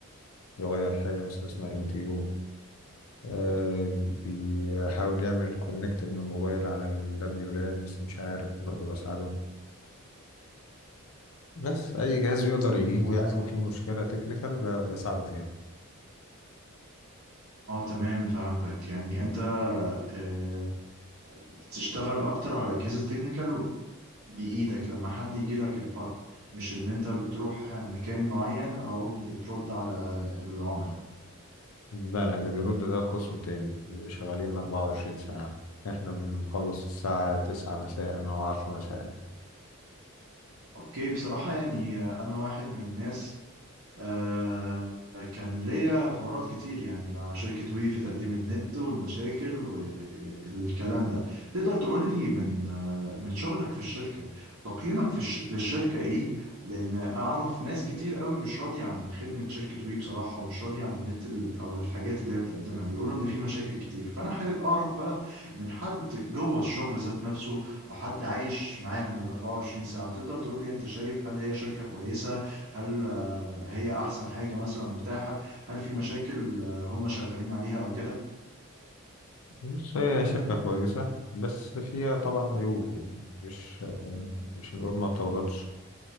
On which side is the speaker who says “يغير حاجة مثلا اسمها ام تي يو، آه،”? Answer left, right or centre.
Left